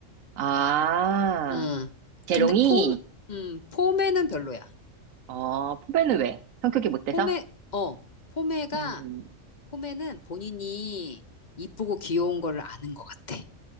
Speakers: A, on the right (about 85°); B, on the left (about 40°).
A: 아,
B: 응.
A: 재롱이?
B: 근데 폼, 음, 폼에는 별로야.
A: 어, 포배는 왜? 성격이 못 돼서?
B: 폼에, 어, 폼에가,
A: 음,
B: 폼에는 본인이 이쁘고 귀여운 걸 아는 것 같아.